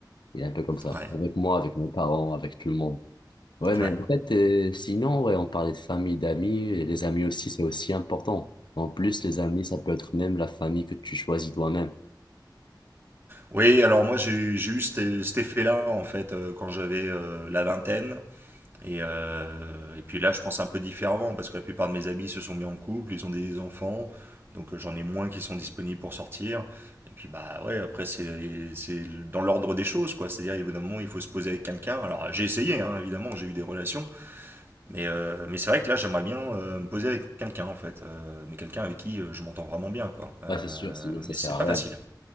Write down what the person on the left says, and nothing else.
Il est un peu comme ça.
Avec moi, avec mes parents, avec tout le monde. Ouais, mais
en fait, euh, sinon, ouais, on parlait de famille, d'amis, et les amis aussi, c'est aussi important. En plus, les amis, ça peut être même la famille que tu choisis toi-même.
Ouais, c'est sûr, sinon
ça sert
à
rien.